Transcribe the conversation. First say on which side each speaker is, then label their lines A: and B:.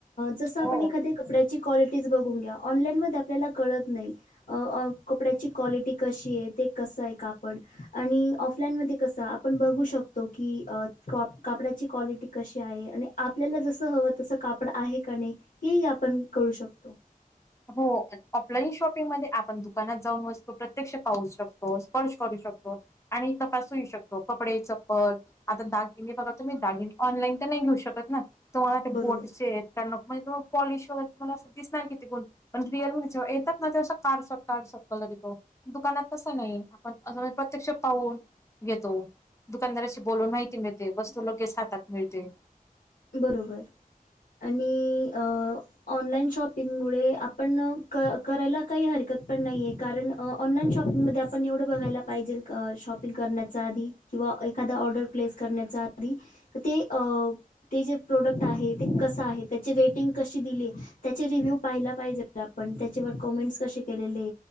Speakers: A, on the left; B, on the left.
A: जसं आपण
B: हो.
A: एखादी कपड्याची क्वालिटीज बघून घ्या, ऑनलाईन मध्ये आपल्याला कळत नाही अ कपड्याची क्वालिटी कशीय ते कसंय हाय कापड आणि ऑफलाईन मध्ये कसं आप आपण बघू शकतो की, अ कापडाची क्वालिटी कशी आहे आणि आप आपल्याला जसं हवं तसं कापड आहे का नाही, हेही आपण कळू शकतो
B: हो ऑफलाईन शॉपिंगमध्ये आपण दुकानात जाऊन वस्तू प्रत्यक्ष पाहू शकतो स्पर्श करू शकतो. आणि तपासु ही होऊ शकतो कपडे चप्पल आता दागिने बघा तुम्ही दागिन, ऑनलाईन तर नाही घेऊ शकत ना तुम्हाला ते
A: बरोबर.
B: गोडसे त्यां म्हणजे पॉलिश वगैर तुम्हाला अस दिसणार कि ते गोड पण रिअल मध्ये जेव्हा येतात ना, असं काळसट, काळसट कलर येतो दुकानात तस नाही आजून प्रत्यक्ष पाहून घेतो दुकानदाराशी बोलून माहिती मिळते, वस्तू लगेच हातात मिळते
A: बरोबर आणि अ ऑनलाइन शॉपिंगमुळे आपण करायला काही हरकत पण नाहीय कारण अ ऑनलाइन शॉपिंग मध्ये आपण एवढं बघायला पाहिजेल शॉपिंग करण्याचा आधी किंवा एक एखाद ऑर्डर प्लेस करण्याचा आधी ते अ ते जे प्रोडक्ट आहे ते कसं आहे त्याचे रेटिंग कशी दिली त्याचे रिव्ह्यू पाहायला पाहिजे. तेला आपण त्येच्यावर कॉमेंट्स कशे केलेले